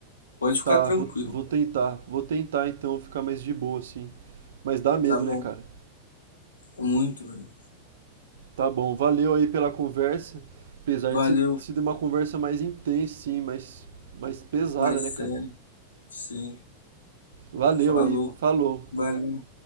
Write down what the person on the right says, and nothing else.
Tá,
vou, vou tentar, vou tentar então ficar mais de boa, assim. Mas dá medo,
né, cara?
Tá bom, valeu aí pela conversa, apesar
de ser sido uma conversa mais intensa, sim, mais, mais pesada,
né, cara?
Valeu
aí, falou.